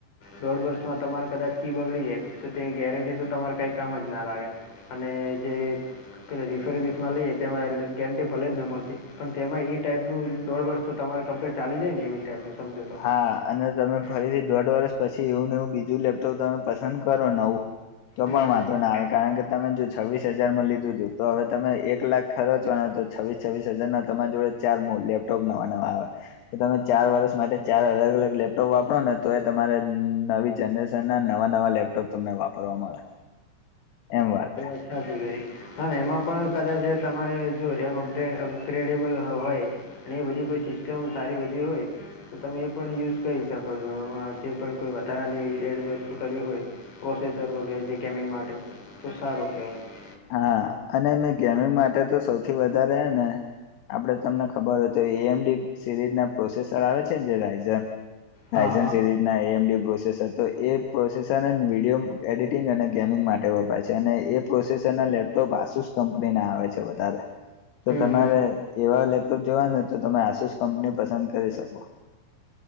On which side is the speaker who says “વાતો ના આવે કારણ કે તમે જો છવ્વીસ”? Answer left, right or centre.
Left